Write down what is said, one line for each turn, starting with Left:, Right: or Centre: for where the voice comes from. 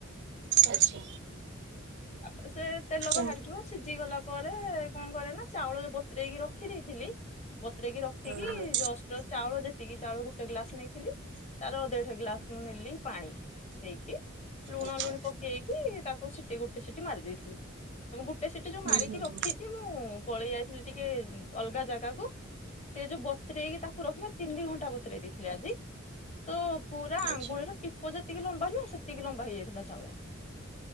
Right: ଆଚ୍ଛା
Left: ତାପରେ ସେ ତେଲ
Right: ହୁଁ
Left: ବାହାରିଯିବ ସିଝି ଗଲା ପରେ କଣ କରେ ନା ଚାଉଳ ବତରେଇକି ରଖି ଦେଇଥିଲି। ବତୁରେଇକି ରଖିକି
Right: ହୁଁ
Left: ଜଷ୍ଟ ଚାଉଳ ଯେତିକି ଚାଉଳ ଗୋଟେ ଗ୍ଲାସ ନେଇଥିଲି। ତାର ଦେଢ ଗ୍ଲାସ ମୁଁ ନେଲି ପାଣି। ଦେଇକି ଲୁଣ
Right: ଆଚ୍ଛା।
Left: ଲୁଣି ପକେଇକି ତାକୁ ସିଟି ଗୋଟେ ସିଟି ମାରି ଦେଇଥିଲି। ତ ମୁଁ ଗୋଟେ ସିଟ ଯୋଉ
Right: ହୁଁ
Left: ମାରିକି
Right: ହୁଁ
Left: ରଖିଛି
Right: ହୁଁ
Left: ମୁଁ ପଳେଇ ଯାଇଥିଲି ଟିକେ ଅଲଗା ଜାଗାକୁ। ସେ ଯୋଉ ବତରେଇକି ତାକୁ ରଖିଲ ତିନି ଘଣ୍ଟା ବତୁରେଇ ଦେଇଥିଲି ଆଜି। ତୋ ପୁରା ଆଙ୍ଗୁଳିର
Right: ଆଚ୍ଛା
Left: ଟିପ ଯେତିକି ଲମ୍ବା ନୁହଁ ସେତିକି ଲମ୍ବା ହେଇଯାଇଥିଲା ଚାଉଳ।